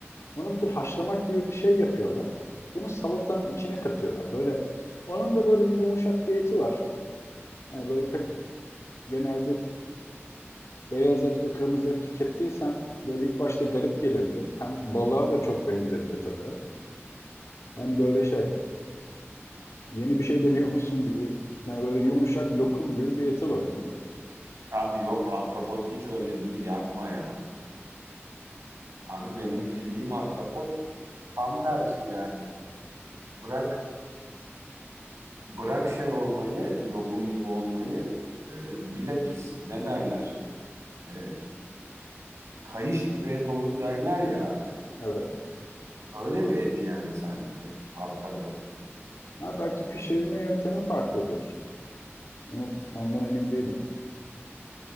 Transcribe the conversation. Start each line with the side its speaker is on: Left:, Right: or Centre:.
Left: Onu bir tür haşlamak gibi bir şey yapıyorlar. Bunu salatanın içine katıyorlar. Böyle onun da böyle bir yumuşak bir eti var. Hani böyle pek genelde beyaz et ve kırmızı et tükettiysen böyle ilk başta garip gelebilir. Hem balığa da çok benzemiyor tabii. Hem böyle şey yeni bir şey deniyormuşsun gibi yani böyle yumuşak lokum gibi bir eti var onun.
Right: Abi yok ahtapot hiç öyle değil yapma ya. Abi benim bildiğim ahtapot tam tersi yani. Bırak bırak şey olmayı, lokum gibi olmayı e, bilakis ne derler? E, kayış gibi et olur derler ya abi.
Left: Evet.
Right: Öyle bir et yani sanki. Ahtapot.
Left: Ha, belki pişirilme yöntemi farklıdır. Onu, ondan emin değilim.